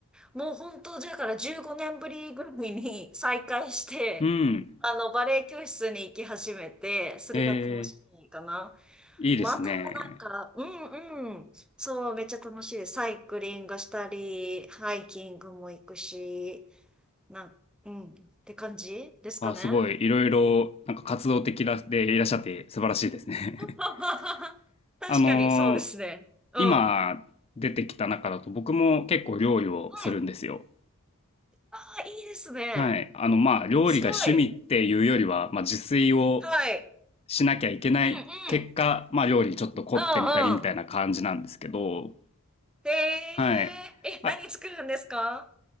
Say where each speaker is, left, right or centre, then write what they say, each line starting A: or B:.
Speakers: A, in the centre; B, on the left.
A: もう本当、だから15年ぶりぐらいに <laughs> 再開して、
B: うん、
A: あの、バレエ教室に行き始めて、それが楽しいかな。
B: えー、いいですね。
A: まあ、あとはなんか、うんうん、そう、めっちゃ楽しい。サイクリングしたり、ハイキングも行くし、なん、うん、って感じですかね。
B: あ、すごい、いろいろ、なんか活動的らでいらっしゃって素晴らしいですね。
A: <laughs>
B: <laughs>
A: 確かに、
B: あのー
A: そうですね。うん。
B: 今出てきた中だと僕も結構料理をするんですよ。
A: うん。ああ、いいですね。
B: はい。あの、まあ、料理が趣味っていうよりは、
A: すごい。
B: まあ、自炊を
A: はい。
B: しなきゃいけない結果、
A: うんうん。
B: まあ、料理にちょっと凝ってみたりみたいな感じなんですけど、
A: うんうん。へえ、
B: はい。
A: え、
B: あ、
A: 何作るんですか